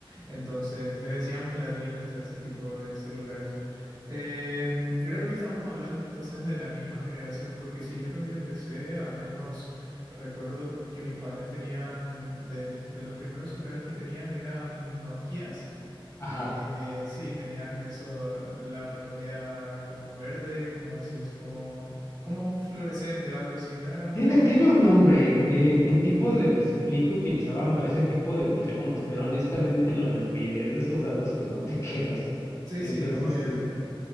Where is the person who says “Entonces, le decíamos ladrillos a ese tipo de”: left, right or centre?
Right